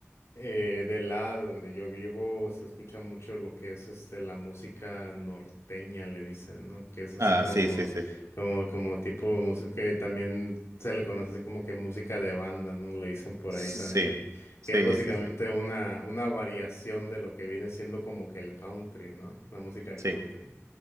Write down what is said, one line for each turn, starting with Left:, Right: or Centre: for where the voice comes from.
Left: eh, del lado donde yo vivo se escucha mucho lo que es este la música norteña, le dicen, ¿no? Que es así
Right: Ah,
Left: como,
Right: sí, sí, sí.
Left: como, como tipo música que también se le conoce así como que música de banda, ¿no? Le dicen por
Right: Sí,
Left: ahí también.
Right: sí,
Left: Que es básicamente
Right: sí, sí.
Left: una, una variación de lo que viene siendo como que el country, ¿no? La música
Right: Sí,
Left: country.